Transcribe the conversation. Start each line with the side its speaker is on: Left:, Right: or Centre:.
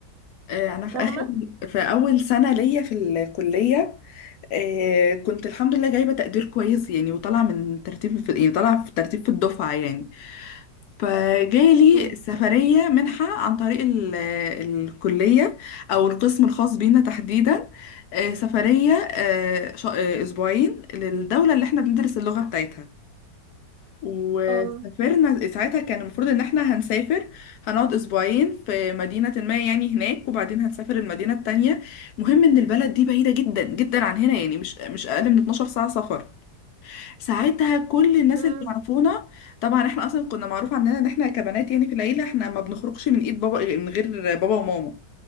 Left: آه، انا في
Right: فاهمه
Left: اخر في اول سنه ليا في الكليه آه، كنت الحمد لله جايبه تقدير كويس يعني وطالعه من ترتيب في يعني طالعه في ترتيب في الدفعه يعني فجالي
Right: امم
Left: سفريه منحه عن طريق ال- الكليه او القسم الخاص بينا تحديدا آه، سفريه آه، شا- آه، اسبوعين للدوله اللي احنا بندرس اللغه بتاعتها وسافرنا
Right: اه
Left: ساعتها كان المفروض ان احنا هنسافر هنقعد اسبوعين في مدينة ما يعني هناك وبعدين هنسافر المدينة التانية مهم ان البلد دي بعيدة جدا جدا عن هنا يعني مش مش اقل من 12 ساعة سفر ساعتها كل الناس
Right: امم
Left: اللي يعرفونا طبعا احنا اصلا كنا معروف عننا ان احنا كبنات يعني في العيلة احنا ما بنخرجش من ايد بابا من غير بابا وماما